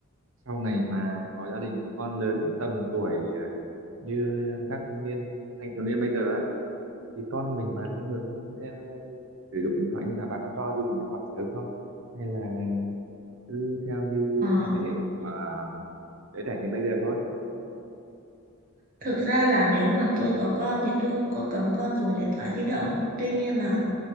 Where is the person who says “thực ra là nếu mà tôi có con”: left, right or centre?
Right